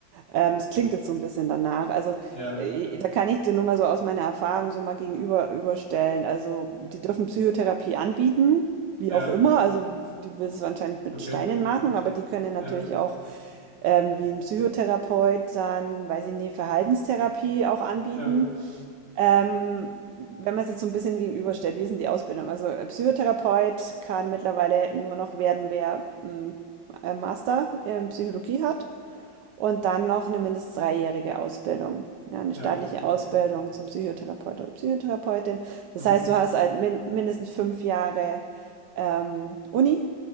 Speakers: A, on the right; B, on the right.
A: Ähm, es klingt jetzt so ein bisschen danach. Also
B: Ja,
A: äh, da kann ich dir nur mal so aus meiner Erfahrung so mal gegenüber überstellen. Also die dürfen Psychotherapie anbieten, wie
B: ja,
A: auch immer. Also die will es anscheinend mit
B: okay,
A: Steinen machen, aber die können natürlich
B: ja,
A: auch ähm, wie ein Psychotherapeut dann, weiß ich nicht, Verhaltenstherapie auch anbieten.
B: ja,
A: Ähm, wenn man es jetzt so ein bisschen gegenüberstellt, wie ist denn die Ausbildung? Also, äh, Psychotherapeut kann mittlerweile nur noch werden, wer, hm, äh, Master in Psychologie hat und dann noch eine mindestens dreijährige Ausbildung, ja, 'ne
B: ja,
A: staatliche
B: okay.
A: Ausbildung zum Psychotherapeut oder Psychotherapeutin.
B: Mhm.
A: Das heißt, du hast halt min mindestens fünf Jahre, ähm, Uni